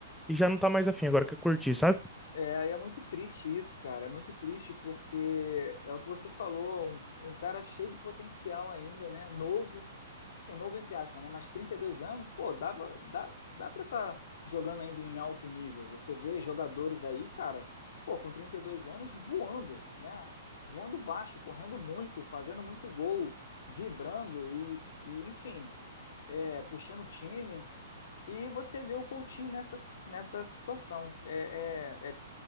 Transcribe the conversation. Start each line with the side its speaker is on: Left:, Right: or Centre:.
Centre: e já não tá mais afim, agora quer curtir, sabe?
Left: É, e é muito triste isso, cara. É muito triste porque é o que você falou, um, um cara cheio de potencial ainda, né? Novo, assim, novo entre aspas, né? Mas 32 anos, pô, dava, dá, dá pra estar jogando ainda em alto nível. Você vê jogadores aí, cara, pô, com 32 anos voando, né? Voando baixo, correndo muito, fazendo muito gol, vibrando e, e enfim, é, puxando o time. E você vê o Coutinho nessa, nessa situação. É, é,